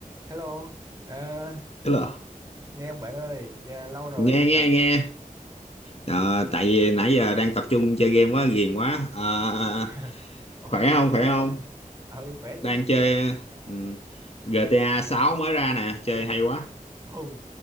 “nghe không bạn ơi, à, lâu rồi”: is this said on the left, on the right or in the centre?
Right